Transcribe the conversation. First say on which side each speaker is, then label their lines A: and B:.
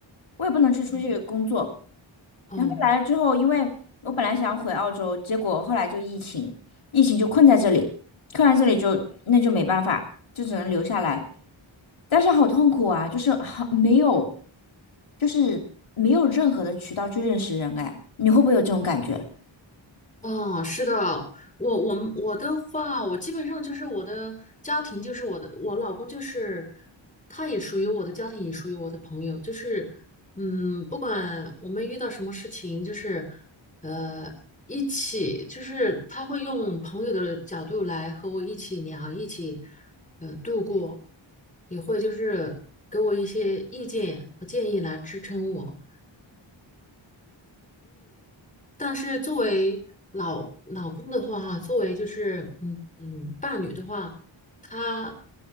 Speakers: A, on the left; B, on the left.
A: 我也不能去出去工作。
B: 嗯哦。
A: 然后来了之后，因为我本来想要回澳洲，结果后来就疫情，疫情就困在这里，困在这里就那就没办法，就只能留下来。但是好痛苦啊，就是好没有，就是没有任何的渠道去认识人哎，你会不会有这种感觉？
B: 哦，是的，我我们我的话，我基本上就是我的家庭，就是我的我老公，就是他也属于我的家庭，也属于我的朋友，就是嗯，不管我们遇到什么事情，就是呃一起，就是他会用朋友的角度来和我一起聊，一起呃度过，也会就是给我一些意见和建议来支撑我。但是作为老老公的话，作为就是嗯嗯伴侣的话，他